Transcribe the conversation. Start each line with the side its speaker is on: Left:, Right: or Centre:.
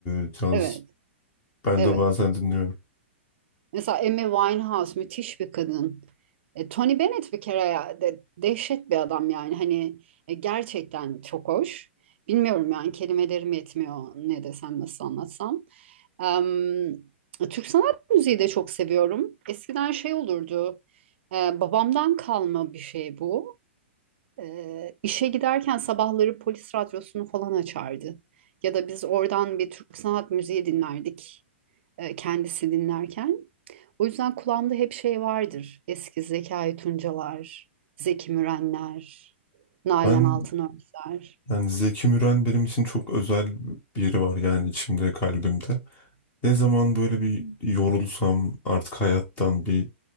Left: e, caz
Right: evet,
Left: Ben
Right: evet.
Left: de bazen dinliyorum.
Right: Mesela Amy Winehouse müthiş bir kadın. E, Tony Bennett bir kere ya, de, dehşet bir adam yani hani e, gerçekten çok hoş. Bilmiyorum yani kelimelerim yetmiyor ne desem nasıl anlatsam. Em, Türk sanat müziği de çok seviyorum. Eskiden şey olurdu. e, babamdan kalma bir şey bu. E, işe giderken sabahları polis radyosunu falan açardı. Ya da biz oradan bir Türk sanat müziği dinlerdik. e, kendisi dinlerken. O yüzden kulağımda hep şey vardır. Eski Zekai Tuncalar, Zeki Mürenler, Nalan
Left: Ben
Right: Altınörtüler.
Left: yani Zeki Müren benim için çok özel bir yeri var yani içimde, kalbimde. Ne zaman böyle bir yorulsam artık hayattan bir